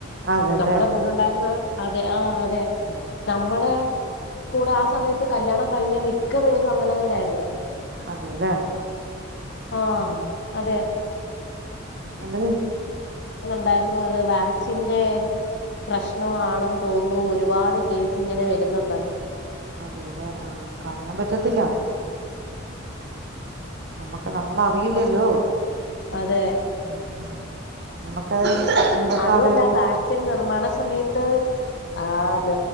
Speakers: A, on the right (about 55°); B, on the left (about 55°).
A: അതെല്ലേ
B: നമ്മുടെ കൂടെ ഉണ്ടായിരുന്ന അതെ ആഹ് അതെ
A: ഉം
B: നമ്മുടെ കൂടെ ആ സമയത്ത് കല്യാണം കഴിഞ്ഞാൽ മിക്ക പേരും അങ്ങനെ തന്നെ ആായിരുന്നു
A: അതെല്ലെ
B: ആ
A: ഉ
B: അതെ
A: എന്ത
B: ണ്ടായിരുന്നു അത് വാക്സിന്റെ പ്രശ്നമാണെന്ന് തോന്നുന്നു ഒരുപാട് കേസ് ഇങ്ങനെ വരുന്നുണ്ട് ഉ
A: അതേല്ലെ ആഹ പറയാൻ പറ്റത്തില്ല നമക്ക് നമ്മള അറിയില്ലല്ലോ
B: അതെ
A: ഉം നമുക്കത് എന്തൊക്കെ
B: അതല്ല
A: അവയവത്തിൽ
B: വാക്സിൻ നിർമ്മാണ സമയത്ത് ആ നി